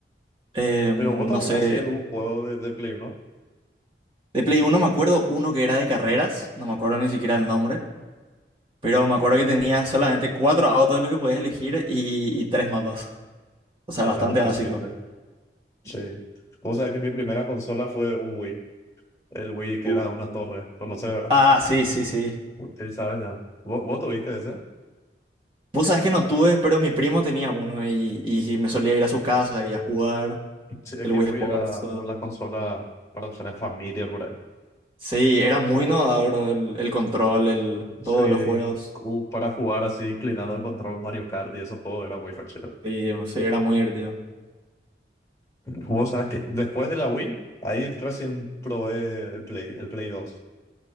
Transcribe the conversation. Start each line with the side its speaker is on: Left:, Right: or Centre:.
Right: Eh,
Left: Pero
Right: no
Left: vos te acordás
Right: sé,
Left: si algún juego de, del Play, ¿no?
Right: de Play uno me acuerdo uno que era de carreras, no me acuerdo ni siquiera el nombre. Pero me
Left: Hija.
Right: acuerdo que tenía solamente cuatro autos los que podías elegir y, y tres mapas. O sea,
Left: Sí,
Right: bastante
Left: era demasiado
Right: básico.
Left: simple. Sí. O sea que mi primera consola fue un Wii. El Wii que
Right: Uh,
Left: era una torre. ¿Conoces, verdad?
Right: Ah, sí, sí, sí.
Left: Sí, sabes ya. ¿Vos, vos tuviste ese?
Right: Vos sabés que no tuve, pero mi primo tenía uno y, y me solía ir a su casa y a jugar
Left: Sí, es
Right: el
Left: que
Right: Wii
Left: el Wii
Right: Sports.
Left: era
Right: eh.
Left: como la consola para usar en familia, por ahí.
Right: Sí, era muy innovador el, el control, el,
Left: Sí.
Right: todos los juegos.
Left: Como Para jugar así, inclinando el control Mario Kart y esos juegos era muy fácil.
Right: Sí, sí, era muy divertido.
Left: Vos sabés que después de la Wii, ahí recién probé el Play, el Play 2.